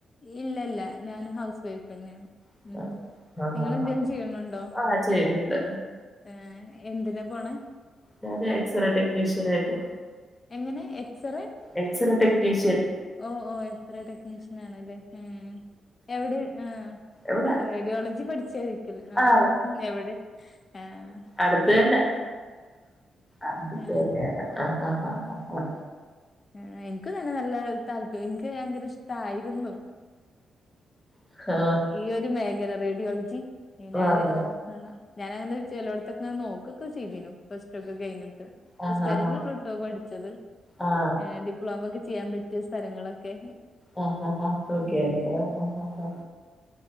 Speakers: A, on the left; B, on the left.
A: ഇല്ലല്ല ഞാന് ഹൗസ് വൈഫ് തന്നെയാ
B: ആഹ്
A: ഉം
B: ആഹ്
A: നിങ്ങളെന്തേലും ചെയ്യണുണ്ടോ
B: ആഹ് ചെയ്യുന്നുണ്ട്
A: ഏഹ് എന്തിനാ പോണെ
B: ഞാൻ എക്സറ ടെക്നീഷ്യൻ ആയിട്ട്
A: എങ്ങനെ എക്സ്റേ
B: എക്സറേ ടെക്നീഷ്യൻ
A: ഓഹ് ഓഹ് എക്സ്റെ ടെക്നീഷ്യൻ ആണല്ലേ ഉം എവിടെ ആഹ്.
B: എവിടെ
A: റേഡിയോളജി പഠിച്ചായിരിക്കൽ ആഹ്
B: ആ
A: എവിടെ ഏഹ്.
B: അടുത്ത തന്നെ അടുത്ത്
A: ആഹ്
B: തന്നെയാണ് ആഹ് ആഹ് ആഹ്.
A: ഏഹ് എനിക്കും തന്നെ നല്ല താല്പര്യ എനിക്ക് ഭയങ്കര ഇഷ്ടായിരുന്നു.
B: ആ
A: ഈ ഒരു മേഖല റേഡിയോളജി <unintelligible>
B: ആണോ
A: ആഹ്. ആഹ് ഞാനങ്ങനെ ചെലോടത്തൊക്കെ നോക്കൊക്കെ ചെയ്തിനു. പ്ലസ് ടു ഒക്കെ കഴിഞ്ഞിട്ട് പ്ലസ്
B: ആ ആ
A: ടു
B: ആ
A: വരെന്നെ ഉള്ളൂട്ടോ പഠിച്ചത്.
B: ആ
A: ഏഹ് ഡിപ്ലോമ ഒക്കെ ചെയ്യാൻ പറ്റിയ സ്ഥലങ്ങളൊക്കെ.
B: ആഹ് ആഹ് ആഹ് ഓക്കെ
A: ഉം
B: ആയിരുന്നു ആഹ് ആഹ്.